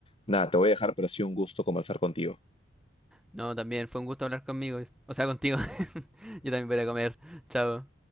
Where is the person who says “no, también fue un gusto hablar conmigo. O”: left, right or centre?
Centre